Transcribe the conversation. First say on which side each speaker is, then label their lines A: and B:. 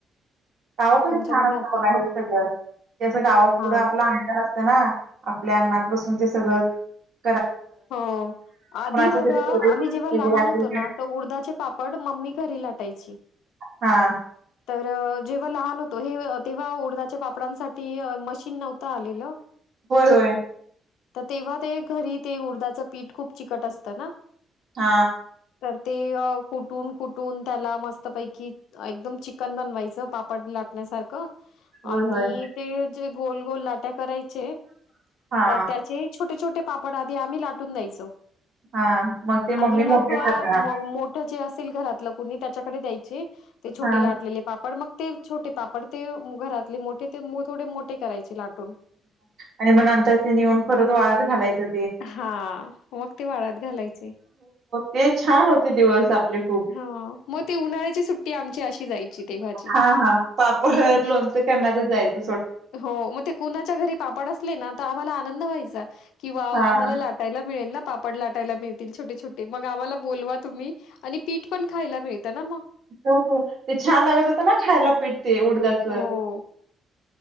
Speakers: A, on the right; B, on the left.
A: गावाकडे
B: आमच्याकडे
A: छान असतं
B: असं
A: बघा हे सगळं -- ते असं गाव --
B: हा
A: पुढं आपलं अंतर असतो -- ना आपल्या अंगणात बसून ते सगळं --
B: हो. आधी बघा
A: तरी प्रोजेक्ट
B: आम्ही जेव्हा लहान
A: वगैरे असेल
B: होतो ना तर उडदाचे पापड मम्मी घरी लाटायची.
A: हा.
B: तर जेव्हा लहान होतो हे तेव्हा उडदाच्या पापडांसाठी मशी -- न नवत आलेल
A: होय होय
B: तर तेव्हा ते घरी -- ते उडदाचं पीठ खूप चिकट असतं ना.
A: हा.
B: तर ते कुठून कुठून त्याला मस्तपैकी एकदम चिकन बनवायचं पापड लाटण्यासारखं.
A: होय
B: आणि
A: होय
B: ते -- गोल गोल लाट्या कराय -- चे
A: हा
B: तर त्याचे छोटे छोटे -- ते पाप आप आध आ्ही लाटून द्यायचो.
A: हा मग ते
B: आणि
A: मम्मी
B: मग
A: मोठे करणार
B: मोठ जे अस. असल घरातलं कुणी त्याच्याकडे द्यायची. ते छोटे
A: हा
B: लाटलेले पापड मग. ते छोटे पापड ते घरातले मोठे ते थोडे मोठे करायचे लाट.
A: आणि मग नंतर ते न येऊन परत वाळत घालायचं.
B: हा मग ते वाळत घालायचे
A: ते छान होते दिवस आपले खूप
B: हा मग ती उन्हाळ्याची सुट्टी आमची अशी जायची तेव्हाची
A: ह पापड लोणच कर जायच.
B: हो म कुणाच्या घरी पापड असले ना तर आम्हाला आनंद व्हायचा. किंवा
A: हा
B: आम्हाला लाटायला मिळेल ना. पापड लाटायला मिळतील छोटे छोटे मग आम्हाला बोलवा तुम्ही आणि पीठ पण खायला मिळत ना म
A: हो हो ते छान लागत होत ना खायला पीठ. ते उडदाच.
B: हो,